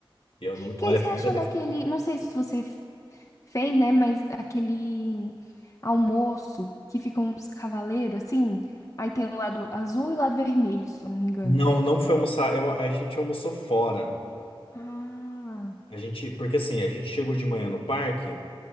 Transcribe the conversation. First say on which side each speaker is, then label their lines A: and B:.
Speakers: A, on the left (about 70°); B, on the left (about 35°).
A: Eu não,
B: que
A: olha, a
B: você
A: primeira
B: achou
A: vez
B: daquele,
A: que eu...
B: não sei se você f- fez, né, mas aquele almoço que fica uns cavaleiros assim, aí tem o lado azul e o lado vermelho, se eu não me engano.
A: Não, não foi almoçar. Eu, a gente almoçou fora.
B: Ah,
A: A gente, porque assim, a gente chegou de manhã no parque,